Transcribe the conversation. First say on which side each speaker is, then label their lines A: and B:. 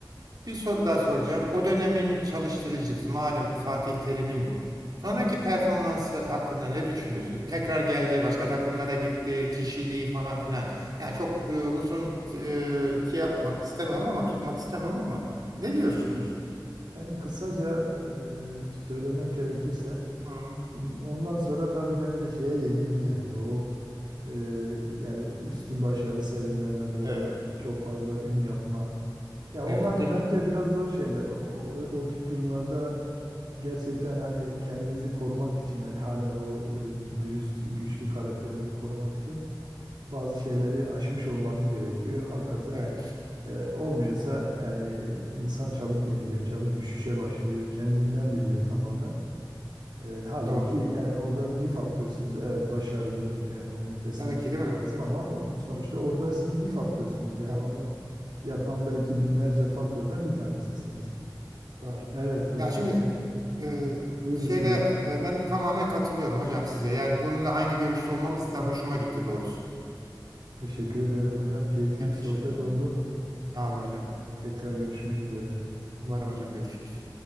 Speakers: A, on the right; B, on the right.
A: bir soru daha soracağım. O dönemin çalıştırıcısı malum Fatih Terim'in sonraki performansı hakkında ne düşünüyorsun? Tekrar geldi, başka takımlara gitti, kişiliği falan filan. Yani çok e, uzun e, şey yapmak istemem ama tutmak istemem ama ne diyorsunuz?
B: Yani kısaca e, söylemek gerekirse
A: Hı.
B: Ondan sonra tabii bence şeye yenildi yani o e, yani üstün başarı sergileme böyle
A: Evet.
B: çok fazla ün yapma. Ya
A: Evet,
B: onlar
A: değil
B: bence
A: mi?
B: biraz zor şeyler. O, o, o tip durumlarda gerçekten hani kendinizi korumak için yani halen o e, dürüst güçlü karakterinizi korumak için bazı şeyleri aşmış olmanız gerekiyor. Hakikaten
A: Evet,
B: e, olmuyorsa yani insan çabuk yeniliyor, çabuk düşüşe başlıyor. Kendinden biliyor tamamen. E, halbuki
A: doğru.
B: yani orada bir faktörsünüz. Evet başarılı yani onu teslim
A: Tabii
B: etmek
A: ki değil mi?
B: lazım ama o, sonuçta orada siz bir faktörsünüz. Yani
A: Tabii,
B: onu yapan belki binlerce faktörden bir tanesisiniz.
A: doğru.
B: Evet hocam
A: Ya şimdi
B: te-
A: e,
B: buyurun
A: şeyde
B: sözüm.
A: e, ben de tamamen katılıyorum hocam size. Yani bununla aynı görüşte olmamız da hoşuma gitti doğrusu.
B: Teşekkür ederim hocam. Keyifli
A: Ben
B: bir sohbet
A: teşekkür ederim.
B: oldu.
A: Sağ olun
B: Evet.
A: hocam.
B: Tekrar görüşmek üzere.
A: Umarım hocam görüşürüz.